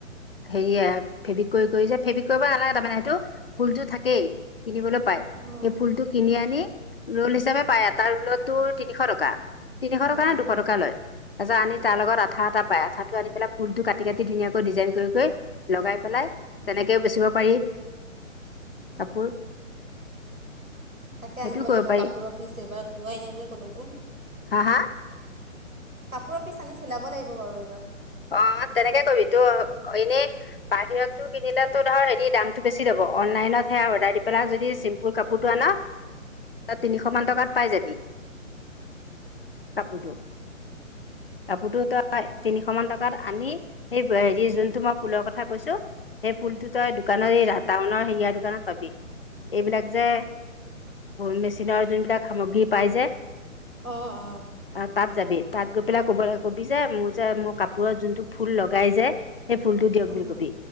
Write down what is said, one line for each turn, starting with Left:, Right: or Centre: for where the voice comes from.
Left: হেৰীয়ে ফেব্ৰিক কৰি, কৰি যে ফেব্ৰিক কৰিব নালাগে তাৰমানে সেইটো ফুলতটো থাকেই কিনিবলৈ পাই,
Right: অঁ
Left: সেই ফুলটো কিনি আনি ৰোল হিচাপে পায় এটা ৰোলত তোৰ তিনিশ টকা। তিনিশ টকা
Right: অঁ
Left: নে দুশ টকা লয়, তাৰপিছত আনি তাৰ লগত আঠা এটা পায় আঠাটো আনি পেলাই ফুলটো কাটি কাটি ধুনীয়াকৈ ডিজাইন কৰি -কৰি লগাই পেলাই তেনেকেও বেচিব পাৰি কাপোৰ
Right: তাকে
Left: সেইটোও
Right: আনিব লাগিব
Left: কৰিব পাৰি
Right: কাপোৰৰ পিচ এবাৰ ধোৱাই নাই যে ক'লেকো
Left: হাঁ হাঁ।
Right: কাপোৰৰ পিচ আনি চিলাব লাগিব বাৰু এইবাৰ
Left: অঁ তেনেকে কৰিবি, তোৰ এনেই বাহিৰতটো কিনিলো তোৰ ধৰ হেৰি দামতটো বেছি লব অনলাইনত সে অৰ্ডাৰ দি পেলা যদি চিম্পুল কাপোৰটো আন তই তিনিশ
Right: অঁ
Left: মান টকাত পাই যাবি কাপোৰটো, কাপোৰটো তই তিনিশ মান ত ক আনি, সেই হেৰি যোনটো মই ফুলৰ কথা কৈছো, সেই ফুলটো তই দোকানৰ এই টাউনৰ হেৰিয়াৰ দোকানত পাবি এইবিলাক যে ভৰি মেচিনৰ যোনবিলাক সামগ্ৰী পাই যে
Right: অঁ অঁ
Left: আ তাত যাবি তাত গৈ পেলাই কব কবি যে মোৰ যে মই কাপ পোৰত যোনটো ফুল লগাই যে সেই ফুলটো দিয়ক
Right: অঁ
Left: বুলি কবি,